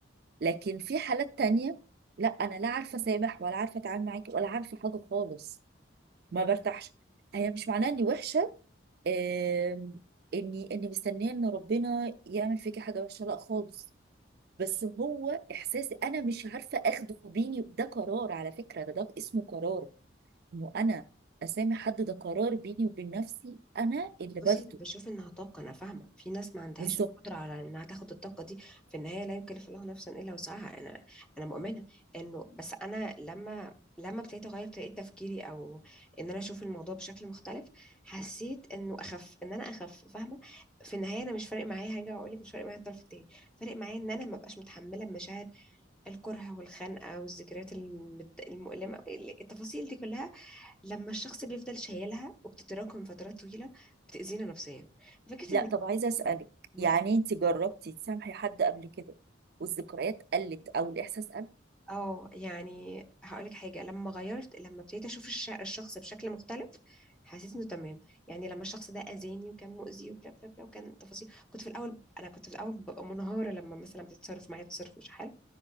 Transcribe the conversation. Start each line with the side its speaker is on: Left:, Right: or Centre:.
Right: لكن في حالات تانية لا انا لا عارفه اسامح ولا عارفه اتعامل معاكي ولا عارفه حاجه خالص ما برتاحش هي مش معناها اني وحشه آم، اني اني مستنيه ان ربنا يعمل فيكي حاجه وحشه لا خالص بس هو احساسي انا مش عارفه اخده بيني ده قرار على فكره ده, ده اسمه قرار انه انا اسامح حد ده قرار بيني وبين نفسي انا اللي باخده
Centre: بصي انا بشوف انها طاقه انا فاهمه في ناس ما عندهاش
Right: بالظبط
Centre: القدره على انها تاخد الطاقه دي في النهايه لا يكلف الله نفسا الا وسعها انا انا مؤمنه انه بس انا لما لما ابتديت اغير طريقه تفكيري او ان انا اشوف الموضوع بشكل مختلف حسيت انه اخف ان انا اخف فاهمه في النهايه انا مش فارق معايا حاجه واقول لك مش فارق معايا الطرف التاني فارق معايا ان انا ما بقاش متحمله مشاعر الكره والخنقه والذكريات المد- المؤلمه التفاصيل دي كلها لما الشخص بيفضل شايلها وبتتراكم فترات طويلة بتأذينا نفسيا فكرة
Right: لا
Centre: انك
Right: طب عايزه اسالك
Centre: تقولي
Right: يعني انت جربتي تسامحي حد قبل كده والذكريات قلت او الاحساس
Centre: اه يعني هقولك حاجة لما غيرت لما ابتديت اشوف الش- الشخص بشكل مختلف حسيت انه تمام يعني لما الشخص ده اذاني وكان مؤذي وبلا بلا بلا وكان تفاصيل كنت في الاول انا كنت في الاول ببقى منهارة لما مثلا بتتصرف معايا تصرف مش حلو